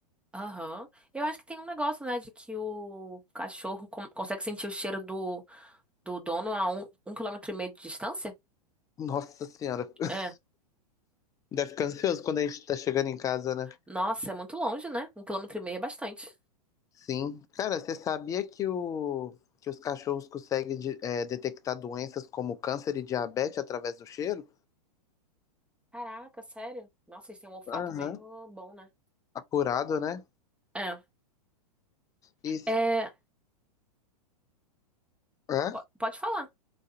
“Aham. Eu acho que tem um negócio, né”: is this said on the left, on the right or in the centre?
Centre